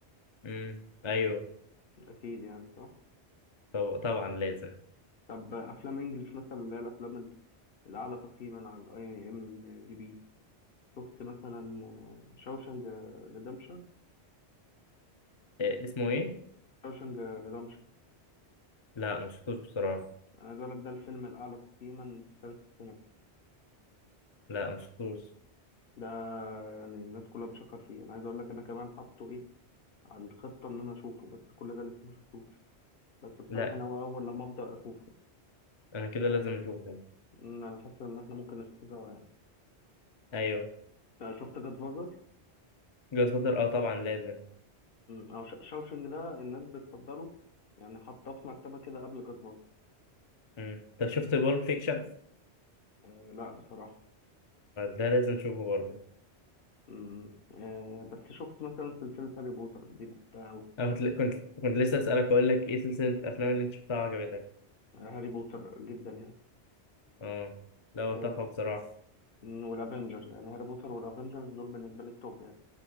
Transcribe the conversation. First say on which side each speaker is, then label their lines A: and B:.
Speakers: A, on the left; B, on the left.
A: امم ايوه
B: اكيد يعني صح
A: طب طبعا لازم
B: طب افلام انجلش مثلا اللي هي الافلام الأعلى تقييما على الأي إم دي بي شفت مثلا شوشنج ريدمشن
A: إيه اسمه ايه
B: شوشنج ريدمشن
A: لا ما شفتوش بصراحه
B: أنا عايز أقول لك ده الفيلم الأعلى تقييما في تاريخ السينما
A: لا ما شفتوش
B: ده يعني الناس كلها بتشكر فيه أنا عايز أقول لك أنا كمان حاطه إيه على الخطة إن أنا أشوفه بس كل ده لسه ما شفتوش بس بصراحة
A: لا
B: أنا هو أول لما أبدأ أشوفه
A: انا كده
B: مش
A: لازم
B: عارف.
A: اشوفه
B: أمم، أنا حاسس إن إحنا ممكن نشوفه سوا يعني
A: ايوه
B: أنت شفت جاد فازر
A: جاد فاتر اه طبعا لازم
B: أو شوشنج ده الناس بتفضله يعني حاطاه في مرتبة كده قبل جاد فازر
A: امم طب شفت بول فيكشن
B: أه لا بصراحة
A: ده لازم اشوفه برضه
B: امم آه بس شفت مثلا سلسلة هاري بوتر دي بحبها أوي
A: انا كنت كنت كنت لسه اسالك اقول لك ايه سلسله الافلام اللي انت شفتها عجبتك
B: آه، هاري بوتر جدا يعني
A: اه لا هو
B: آه
A: تحفه
B: س-
A: بصراحه
B: والافنجرز يعني هاري بوتر والافنجرز دول بالنسبة لي التوب يعني